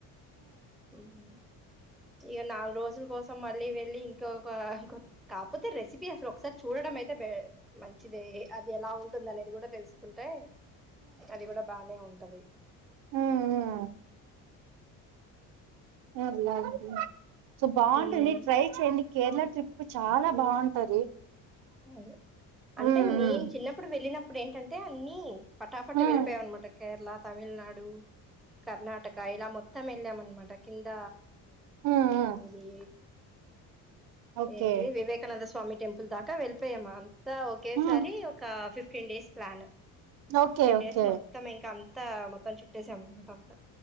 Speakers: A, in the centre; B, on the right (about 65°).
A: హ్మ్ ఇగ నాలుగు రోజుల కోసం మళ్ళీ వెళ్ళి ఇంకొక కాపోతే రెసిపీ అసలు ఒకసారి చూడడం అయితే మంచిది అది ఎలా ఉంటుంది అనేది కూడా తెలుసుకుంటే అది గుడా బానే ఉంటది
B: హ్మ్ హ్మ్ అల్లా అల్లా సో బాగుంటుంది
A: హ్మ్.
B: ట్రై చేయండి కేరళ ట్రిప్ చాలా బాగుంటది
A: అదే అంటే
B: ఉమ్
A: నేనేన్
B: ఉమ్
A: చిన్నప్పుడు వెళ్ళినప్పు ఇప్పుడు ఏంటంటే అన్ని ఫటాఫట్
B: ఉమ్
A: వెళ్ళిపోయవనమాట కేరళ తమిళనాడు కర్ణాటక ఇలా మొ త్తం వెలామన్మాట కింద
B: ఉమ్ ఉమ్
A: ఇది
B: ఓకే
A: ఏంటి వివేకానంద స్వామి టెంపుల్ దాకా వెళ్ ప్పేయమామ్ ఒకేసారి
B: ఉమ్
A: ఒక ఫిఫ్ fifteen days plan
B: okay
A: fifteen
B: okay
A: days మొత్తం ఇంక అంత మొత్తం చుట్టేసాం అనమాట అంతా